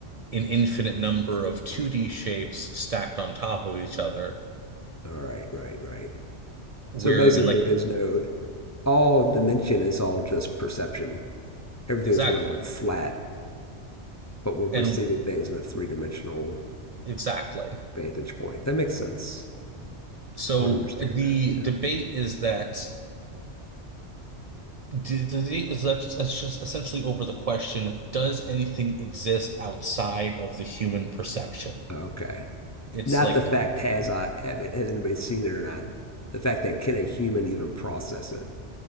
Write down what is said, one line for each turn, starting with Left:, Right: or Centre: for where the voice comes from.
Right: an infinite number of 2D shapes stacked on top of each other.
Left: All right, right, right.
Right: We're
Left: So basically,
Right: in like
Left: there is no all dimension is all just perception. Everything's
Right: exactly
Left: really like flat, but we're perceiving
Right: and
Left: things in a three dimensional
Right: exactly.
Left: vantage point. That makes sense.
Right: So
Left: I would understand
Right: the
Left: that. Yeah.
Right: debate is that the debate is ex- it's just essentially over the question, does anything exist outside of the human perception?
Left: Okay.
Right: It's
Left: Not
Right: like
Left: the fact has I have it, has anybody seen it or not. The fact that can a human even process it?